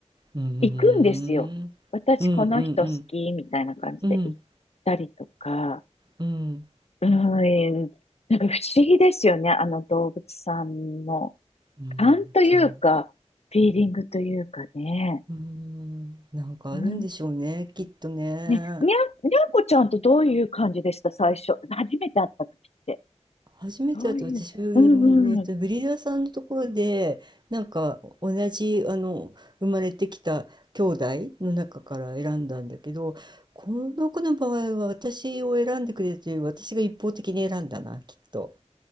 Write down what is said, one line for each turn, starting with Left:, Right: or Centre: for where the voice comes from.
Right: うーん、
Left: 行くんですよ。私、
Right: うん、
Left: この人好き、
Right: うん、
Left: みたいな感じで行ったりとか、
Right: うん、うん、
Left: うーん、なんか不思議ですよね。あの動物さんの
Right: うん、
Left: 勘というか、
Right: そう。
Left: フィーリングというかね。
Right: うーん、なんかあるんでしょうね、
Left: うん、
Right: きっとね。
Left: ね、にゃん、にゃんこちゃんとどういう感じでした、最初。初めて会った時って。
Right: 初めてだと私もねえっとブリーダーさんのところでなんか同じあの生まれてきた兄弟の中から選んだんだけどこの子の場合は私を選んでくれてる私が一方的に選んだなきっと。
Left: どういう、うんうん。うん